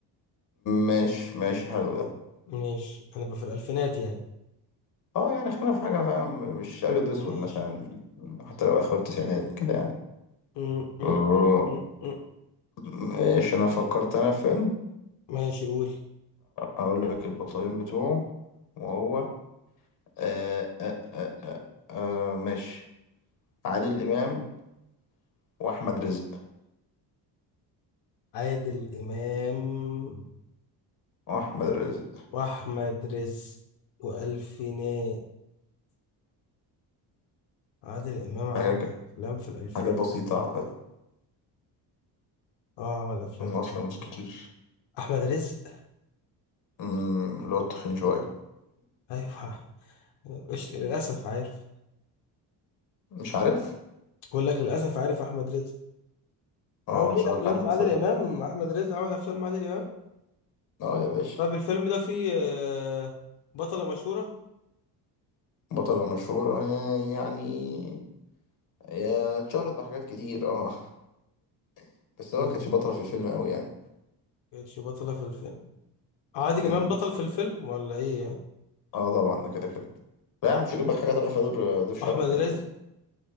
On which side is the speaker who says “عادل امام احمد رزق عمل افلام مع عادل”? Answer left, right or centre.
Left